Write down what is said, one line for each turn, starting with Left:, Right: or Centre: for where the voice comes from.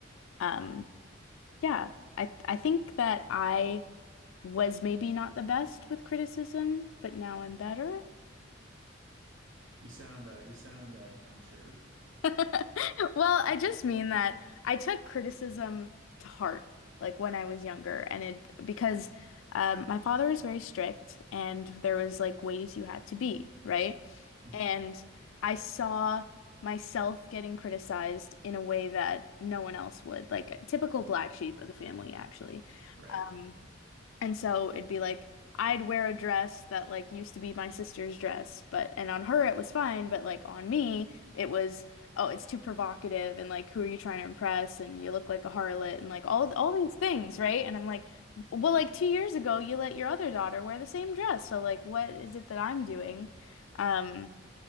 Left: Um, Yeah, I I think that I was maybe not the best with criticism, but now I'm better.
Right: You sound uh you sound uh, unsure.
Left: <laughs> Well, I just mean that I took criticism to heart, like when I was younger, and it because um, my father was very strict, and there was like ways you had to be, right?
Right: Mhm.
Left: And I saw myself getting criticized in a way that no one else would, like a typical black sheep of the family, actually.
Right: Right.
Left: Um, And so it'd be like I'd wear a dress that like used to be my sister's dress, but and on her it was fine, but like on me it was oh, it's too provocative and like who are you trying to impress and you look like a harlot and like all all these things, right? And I'm like, well, like two years ago you let your other daughter wear the same dress, so like what is it that I'm doing? Um,